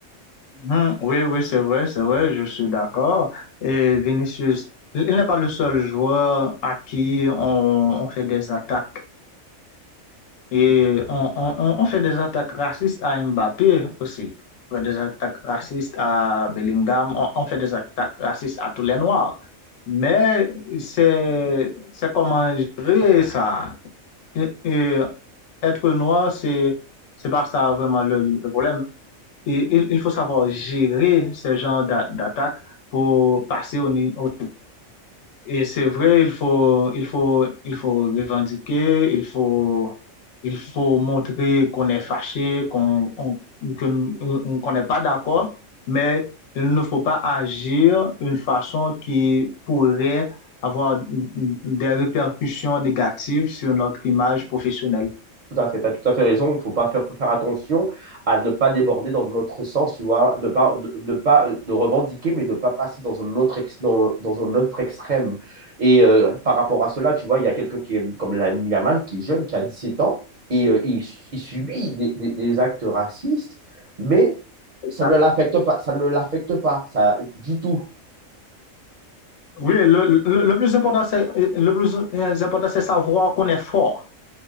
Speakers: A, on the left; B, on the right.
A: Hmm, oui, oui, c'est vrai, c'est vrai, je suis d'accord. Et Vinicius, il n'est pas le seul joueur à qui on, on fait des attaques. Et on, on- on- on fait des attaques racistes à Mbappé aussi. On fait des attaques racistes à Bellingham. On, on fait des attaques racistes à tous les Noirs. Mais c'est, c'est comment gérer ça. Et, et être noir, c'est, c'est pas ça vraiment le, le problème. Et il, il faut savoir gérer ce genre d'attaque pour passer au niveau. Et c'est vrai, il faut, il faut, il faut revendiquer, il faut, il faut montrer qu'on est fâché, qu'on, on- qu'on qu'on n'est pas d'accord, mais il ne faut pas agir d'une façon qui pourrait avoir des répercussions négatives sur notre image professionnelle.
B: Tout à fait, tu as tout à fait raison. Il faut pas faire, faut faire attention à ne pas déborder dans notre sens, tu vois, ne pas, de, de pas de revendiquer, mais de pas passer dans un autre, ex- dans, dans un autre extrême. Et euh, par rapport à cela, tu vois, il y a quelqu'un qui est comme Lamine Yamal, qui est jeune, qui a 17 ans, et euh, il, il subit des, des- des actes racistes, mais
A: Exact.
B: ça ne l'affecte pas, ça ne l'affecte pas, ça, du tout.
A: Oui, le, le, le plus important, c'est, le plus important, c'est savoir qu'on est fort.